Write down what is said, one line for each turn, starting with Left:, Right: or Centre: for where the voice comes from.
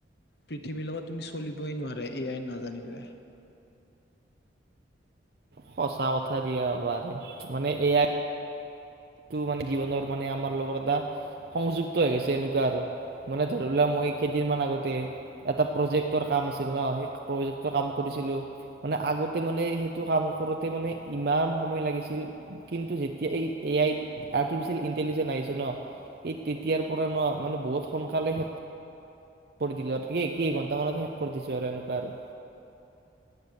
Left: পৃথিৱীৰ লগত তুমি চলিবই নোৱাৰে এয়াই নাজানিলে।
Right: সঁচা কথা দিয়া বাৰু মানে এয়াত মানে জীৱনৰ মানে আমাৰ লগত এটা সংযুক্ত হৈ গৈছে এনেকুৱা আৰু মানে ধৰি লোৱা মই কেইদিন মান আগতে এটা প্ৰজেক্টৰ কাম আছিল হা সেই প্ৰজেক্টৰ কাম কৰিছিলো। মানে আগতে মানে সেইটো কাম কৰোতে মানে ইমান সময় লাগিছিল কিন্তু যেতিয়া এই এ আইত আৰ্টিফিচিয়েল ইণ্টেলিজেন্ঞ্চ আহিছে ন এই তেতিয়াৰ পৰা ন মানে বহুত সোনকালে শেষ। শেষ কৰি দিলোঁ, আৰু এই কেইঘণ্টামানত শেষ কৰি দিছোঁ আৰু এনেকুৱা আৰু।